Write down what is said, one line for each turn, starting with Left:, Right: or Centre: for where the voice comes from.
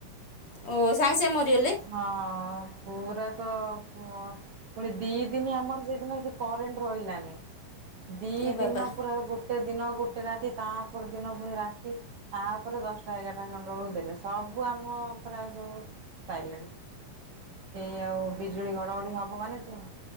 Left: ଓ ସାଙ୍ଗେ ସାଙ୍ଗେ ମରିଗଲେ
Right: ହଁ ପୂରା ତ ପୂଅ ଫୁଣି ଦି ଦିନି ଆମର ସେଇ ଦିନ ବି ସେ କରେଣ୍ଟ ରହିଲାନି ଦି
Left: ଏ
Right: ଦିନ
Left: ବାବା
Right: ପୁରା ଗୋଟେ ଦିନ ଗୋଟେ ରାତି ତା ପରଦିନ ଫୁଣି ରାତି ତା ପରେ ଦସ ଟା ଏଗାର ଟା ମଣ୍ଡଳ କୁ ଦେଲେ ସବୁ ଆମ ପୁରା ସବୁ ସାଇଲେଣ୍ଟ। ଏ ଆଉ ବିଜୁଳି ଘଡ଼ଘଡ଼ି ସବୁ ମାନେ ଜଉ